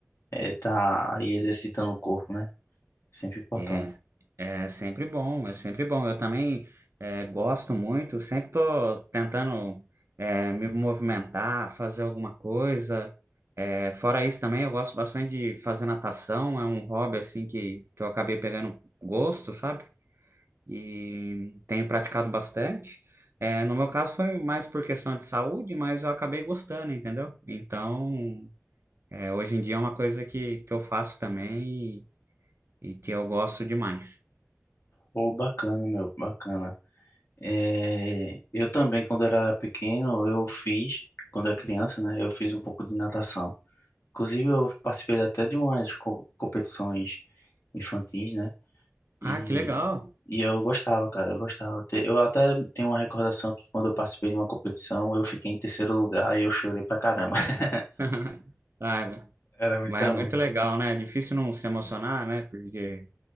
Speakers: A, on the left; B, on the right.
A: estar aí exercitando o corpo, né? Sempre importante.
B: É, é sempre bom, é sempre bom. Eu também é, gosto muito, sempre tô tentando é, me movimentar, fazer alguma coisa. É, fora isso também, eu gosto bastante de fazer natação, é um hobby assim que, que eu acabei pegando gosto, sabe? E tenho praticado bastante. É, no meu caso foi mais por questão de saúde, mas eu acabei gostando, entendeu? Então, é, hoje em dia é uma coisa que, que eu faço também e e que eu gosto demais.
A: Pô, bacana, meu, bacana. É, eu também, quando era pequeno, eu fiz, quando era criança, né? Eu fiz um pouco de natação. Inclusive, eu participei até de umas co- competições infantis, né? E,
B: Ah, que legal.
A: e eu gostava, cara, eu gostava. Te- Eu até tenho uma recordação que quando eu participei de uma competição, eu fiquei em terceiro lugar e eu chorei pra caramba. <laughs>
B: <laughs> Ah,
A: Era muita
B: mas é
A: onda.
B: muito legal, né? É difícil não se emocionar, né? Porque